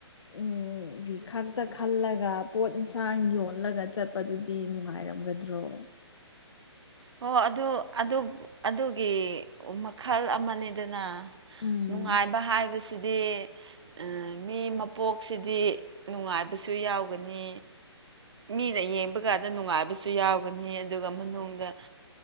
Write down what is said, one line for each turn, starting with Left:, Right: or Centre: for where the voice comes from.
Left: ꯎ ꯒꯤ ꯈꯛꯇ ꯈꯜꯂꯒ ꯄꯣꯠ ꯏꯟꯁꯥꯡ ꯌꯣꯜꯂꯒ ꯆꯠ ꯆꯠꯄꯗꯨꯗꯤ ꯅꯨꯡꯉꯥꯏꯔꯝꯒꯗ꯭ꯔꯣ
Right: ꯍꯣ ꯑꯗꯨ ꯑꯗꯨ ꯑꯗꯨꯒꯤ ꯃꯈꯜ ꯑꯃꯅꯤꯗꯅ
Left: ꯎꯝ
Right: ꯅꯨꯡꯉꯥꯏꯕ ꯍꯥꯏꯕꯁꯤꯗꯤ ꯑ ꯃꯤ ꯃꯄꯣꯛꯁꯤꯗꯤ ꯅꯨꯡꯉꯥꯏꯕꯁꯨ ꯌꯥꯎꯒꯅꯤ ꯃꯤꯅ ꯌꯦꯡꯕ ꯀꯥꯟꯗ ꯅꯨꯡꯉꯥꯏꯕꯁꯨ ꯌꯥꯎꯒꯅꯤ ꯑꯗꯨꯒ ꯃꯅꯨꯡꯗ